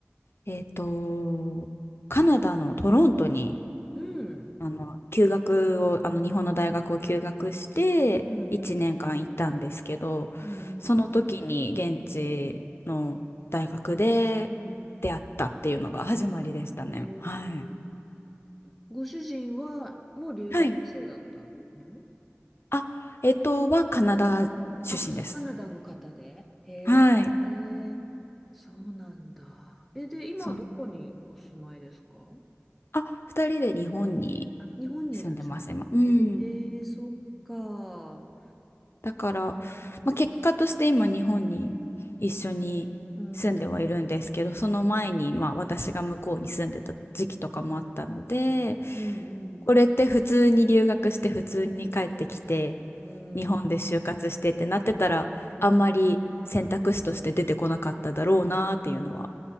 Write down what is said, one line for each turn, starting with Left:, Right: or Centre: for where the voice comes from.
Left: えっと、カナダのトロントに
Centre: うん。
Left: あの休学を、あの日本の大学を休学して1年間行ったんですけど、
Centre: うんうんうんうん
Left: その時に現地の大学で
Centre: うん
Left: 出会ったっていうのが始まりでしたね。
Centre: えー
Left: はい。
Centre: ご主人は、もう留学生だったの
Left: はいあ、えっと、はカナダ出身です。
Centre: あ、カナダの方で。へえ、
Left: はい。
Centre: へえそうなんだ。え、で、今どこにお住まいですか
Left: そう。あ、二人で日本に
Centre: あ日本にいらっしゃるんだ。
Left: 住んでます、今。うん。
Centre: へえ、そっか。
Left: だから、
Centre: うん、
Left: まあ、結果として今、日本に一緒に住んではいるんですけど、
Centre: うん、
Left: その前に、まあ、私が向こうに住んでた時期とかもあったので、
Centre: うん、
Left: これって普通に留学して、普通に帰ってきて、
Centre: うん。
Left: 日本で就活してってなってたら、
Centre: うん
Left: あんまり選択肢として出てこなかっただろうなっていうのは